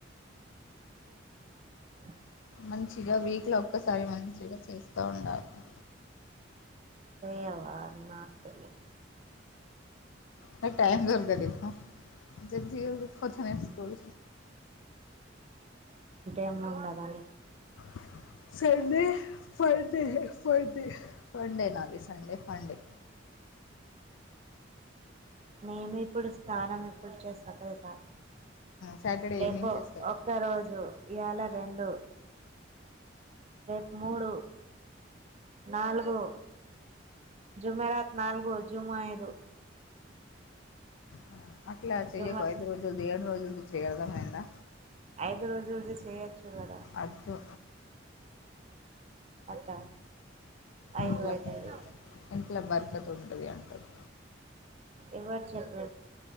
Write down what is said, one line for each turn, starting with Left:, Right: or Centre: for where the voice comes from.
Right: <inaudible>
Left: మంచిగా వీక్ లో ఒక్కసారి మంచిగా చేస్తా ఉండాలే.
Right: ఓ యవ్వా నాతల్లే.
Left: నాకు టైమ్ దొర తలేదు జల్ది <inaudible> కొంచం ఏ స్కూల్.
Right: ఏం ఉండదు అని.
Left: <inaudible> సండే ఫండే ఫండే ఫండే నాది సండే ఫండే.
Right: నేను ఇప్పుడు స స్నానం ఎప్పుడు చేస్తా తెలుసా
Left: సాటర్డే
Right: రేపు
Left: ఈవినింగ్ చేస్తావు
Right: ఒక్క రోజు. ఈయాల రెండు. రేపు మూడు నాలుగు జుమ్మెరాత్ నాలుగు, జుమ్మా ఐదు.
Left: ఆ, అట్లా చెయ్యకు
Right: జుమా
Left: ఐదు రోజులుది ఏడు రోజులుది చేయు అర్ధమైందా.
Right: ఐదు రోజులది చేయొచ్చు కదా.
Left: అద్దు
Right: అట్ట ఐదు
Left: ఇంట్లో
Right: అయితది.
Left: ఇంట్లో బర్కత్ ఉంటుంది అంటారు
Right: ఎవ్వరు చెప్